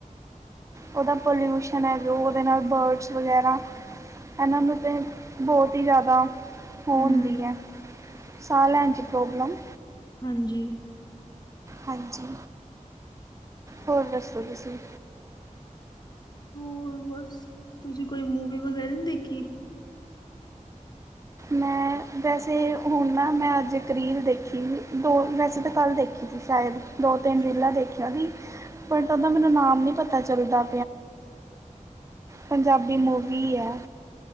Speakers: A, on the right; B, on the left.
A: ਉਹਦਾ ਪੋਲਿਊਸ਼ਨ ਹੈ ਜੋ ਉਹਦੇ ਨਾਲ ਬਰਡਸ ਵਗੈਰਾ ਇਹਨਾਂ ਦੇ ਉ ਤਾਂ ਬਹੁਤ ਹੀ ਜ਼ਿਆਦਾ ਉਹ
B: ਹੂੰ
A: ਹੁੰਦੀ ਹੈ ਸਾਹ ਲੈਣ ਦੀ ਪ੍ਰੋਬਲਮ
B: ਹਾਂਜੀ
A: ਹਾਂਜੀ ਹੋਰ ਦੱਸੋ ਤੁਸੀਂ
B: ਹੋਰ ਬਸ ਤੁਸੀਂ ਕੋਈ ਮੂਵੀ ਵਗੈਰਾ ਨਹੀਂ ਦੇਖੀ
A: ਮੈਂ ਵੈਸੇ ਹੁਣ ਨਾ ਮੈਂ ਅੱਜ ਇੱਕ ਰੀਲ ਦੇਖੀ ਦੋ ਵੈਸੇ ਤਾਂ ਕੱਲ੍ਹ ਦੇਖੀ ਸੀ ਸ਼ਾਇਦ, ਦੋ
B: ਅੱਛਾ
A: ਤਿੰਨ ਰੀਲਾਂ ਦੇਖੀਆਂ ਦੀ ਪਰ ਉਹਦਾ ਮੈਨੂੰ ਨਾਮ ਨਹੀਂ ਪਤਾ ਚੱਲਦਾ ਪੰਜਾਬੀ ਮੂਵੀ ਆ